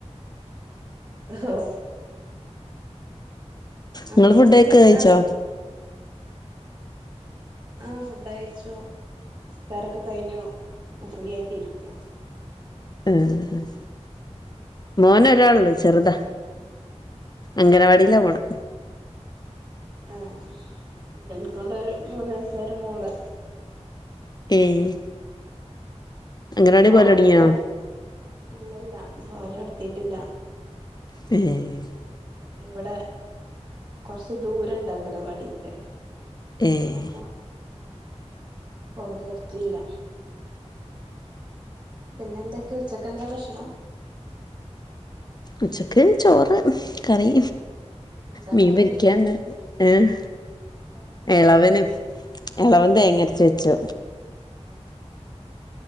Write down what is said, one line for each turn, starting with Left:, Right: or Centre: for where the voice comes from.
Right: ഹഹ മക്കളൊക്കെ
Left: നിങ്ങള് ഫുഡൊക്കെ
Right: ചെറുതാ
Left: കഴിച്ചോ
Right: ആഹ് ഫുഡ് അയിച്ചു നിസ്കാരൊക്കെ കഴിഞ്ഞു ഫ്രീ ആയിട്ട് ഇരിക്കുവ
Left: ഉം മോനൊരാളുണ്ട് ചെറുതാ അംഗനവാടിയിലാ പോണേ
Right: ആ ഇവിടെ എനിക്കുണ്ടൊരു മൂന്ന് വയസ്സ്കാരി മോള്
Left: ഏഹ് അംഗനവാടി
Right: പോവല്
Left: പോവലൊടങ്ങിയോ
Right: ക ഇല്ലല്ല പോവല് കടത്തിട്ടില്ല
Left: ഏഹ്
Right: ഇവിടെ കൊറച്ച് ദൂരണ്ട് അംഗലവാടിക്ക്
Left: ഏഹ്
Right: അപ്പൊ പോവല് നിർത്തിയില്ല പിന്നെ എന്തൊക്കെ ഉച്ചക്കൽത്തെ ഭക്ഷണം
Left: ഉച്ചക്ക് ചോറ് കറി
Right: എന്താ
Left: മീൻ
Right: കറി
Left: പൊരിക്കാന്ന് ഏഹ്
Right: കറി എന്താക്കി
Left: ഇളവന് എളവൻ തേങ്ങരച്ച് വെച്ചു
Right: ഉം <unintelligible> <inaudible>